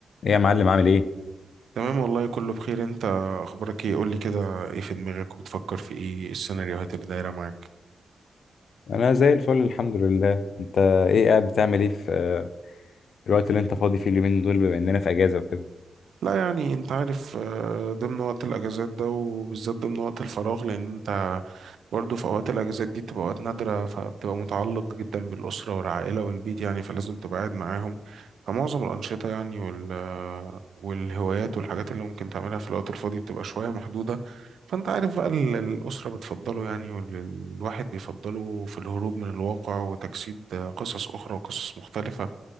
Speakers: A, on the left (about 70°); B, on the right (about 75°).
A: ايه يا معلم عامل ايه
B: تمام والله كله بخير انت اخبارك ايه قول لي كده ايه في دماغك وبتفكر في ايه السيناريوهات اللي دايره معاك
A: انا زي الفل الحمد لله انت ايه قاعد بتعمل ايه في آه، الوقت اللي انت فاضي فيه اليومين دول بما اننا في اجازه وكده
B: لا يعني انت عارف آه، ضمن وقت الاجازات ده وبالذات ضمن وقت الفراغ لان انت برضه في اوقات الاجازات دي بتبقى اوقات نادره فبتبقى متعلق جدا بالاسره والعائله والبيت يعني فلازم تبقى قاعد معاهم فمعظم الانشطه يعني وال آه، والهوايات والحاجات اللي ممكن تعملها في الوقت الفاضي بتبقى شويه محدوده فانت عارف بقى ال- الاسره بتفضله يعني والواحد بيفضله في الهروب من الواقع وتجسيد آه، قصص اخرى وقصص مختلفه